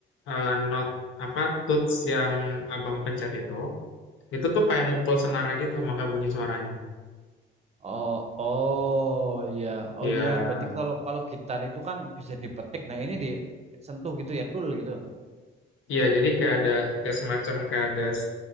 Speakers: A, on the left (about 80°); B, on the right (about 35°).
A: eh, not apa tuts yang Abang pencet itu itu tuh kayak mukul senarnya gitu maka bunyi suaranya.
B: Oh, oh ya,
A: Ya,
B: oh ya. Berarti kalau kalau gitar itu kan bisa dipetik. Nah ini disentuh gitu ya, tool gitu.
A: Iya, jadi kayak ada kayak semacam kayak ada s-